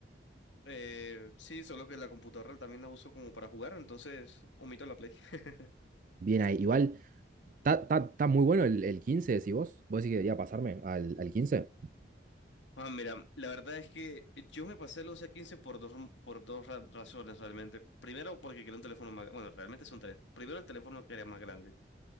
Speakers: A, on the left; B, on the right.
A: Eh, sí, solo que la computadora también la uso como para jugar, entonces omito la Play. <laughs>
B: Bien ahí. Igual Está, está- está muy bueno el, el quince decís vos. ¿Vos decís que debería pasarme al, al quince
A: Ah, mira, la verdad es que yo me pasé el 11 a 15 por dos, por dos ra- razones realmente. Primero, porque quería un teléfono más... Bueno, realmente son tres. Primero, el teléfono que era más grande.